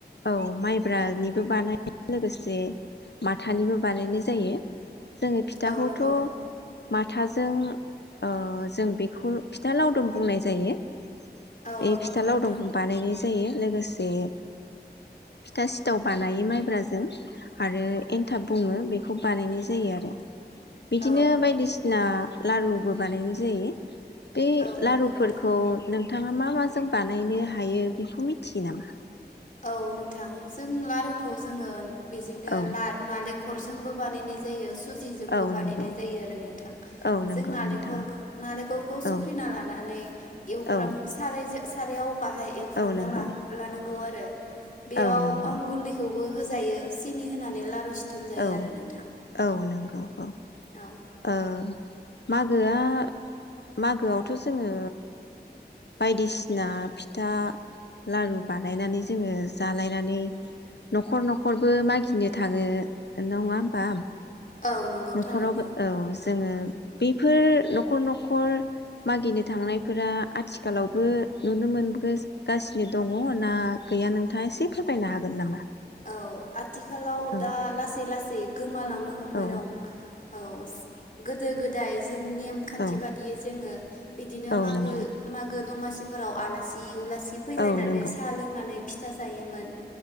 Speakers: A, on the left; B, on the left.
A: औ माइ ब्रानिबो बानायो लोगोसे माथानिबो बानायनाय जायो जोङो फिथाखौथ'
B: औ नंगौ
A: माथाजों अ जों बेखौ फिथा लावदुम बुंनाय जायो।
B: औ
A: बे
B: औ नंगौ
A: फिथा लावदोमखौ
B: नोंथां
A: बानायनाय जायो लोगोसे फिथा सिथाव बानायो माइब्राजों आरो एनथाब बुङो बेखौ बानायनाय जा जायो आरो बिदिनो
B: औ
A: बायदिसिना लारुबो बानायनाय जायो। बे
B: औ नंगौ
A: लारुफोरखौ
B: नोंथां।
A: नोंथां नोंथाङा मा माजों बानायनो हायो बेखौ मिथियो नामा?
B: औ नोंथां जों लारुखौ जोङो बिदिनो
A: औ
B: नालें खरजोंबो बानायनाय जायो। सुजिजोंबो
A: औ
B: बानायनाय
A: नंगौ
B: जायो आरो नोंथां
A: औ नंगौ
B: जों नालेंखर
A: नोंथाङा
B: नालेंखरखौ सुख्रिना
A: औ
B: लानानै एवफ्राम
A: औ
B: सारायजों सारायाव बाहाय एवफ्रामना
A: औ नंगौ
B: ला लानांगौ आरो बेयाव
A: औ नंगौ
B: अन गुन्दैखौ बो होजायो सिनि होनानै लारु सिथुम जायो
A: औ
B: आरो नोंथां
A: औ नंगौ औ
B: औ
A: ओ मागोआ मागोआवथ' जोङो बायदिसिना फिथा लारु बानायनानै जोङो जालायनानै न'खर न'खरबो मागिनो थाङो नङा होमबा
B: औ नंगौ
A: न'खरावबो
B: थारैनो।
A: औ जोङो बेफोर न'खर न'खर मागिनो थांनायफोरा आथिखालावबो नुनो मोनबोगासिनो दङ ना गैया नोंथाङा एसे फोरमायनो हागोन नामा?
B: औ आथिखालाव
A: औ
B: दा लासै सै लासै गोमा नो हमबाय
A: औ
B: दं औ गोदो गोद दाय जों नेमखान्थि
A: औ
B: बादियै जोङो बिदिनो
A: औ
B: मागो
A: नंगौ
B: मागो दमासि फोराव आलासि उला सि फैलायनानै
A: औ नंगौ
B: साह लोंनानै फिथ था जायोमोन।